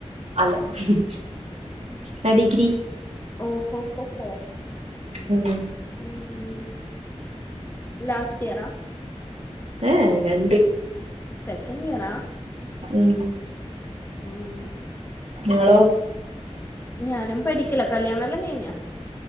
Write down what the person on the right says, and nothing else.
അല്ല മ്ഹ് ഞാഡിഗ്രി
ഉം
ഏഏ രണ്ട്
ഉം
ങ്ങളോ